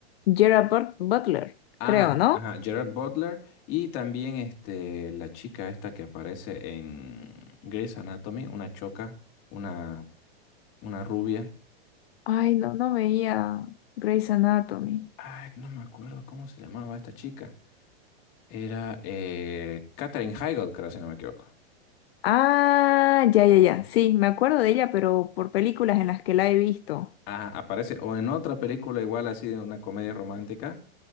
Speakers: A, on the left; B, on the left.
A: Gerard But- Butler,
B: Ajá,
A: creo, ¿no?
B: ajá, Gerard Butler y también este, la chica esta que aparece en Grey's Anatomy, una choca, una, una rubia.
A: Ay, no, no veía Grey's Anatomy.
B: Ay, no me acuerdo cómo se llamaba esta chica. Era eh, Katherine Heigl, creo, si no me equivoco.
A: Ah, ya, ya, ya. Sí, me acuerdo de ella, pero por películas en las que la he visto.
B: Ah, aparece o en otra película igual así de una comedia romántica,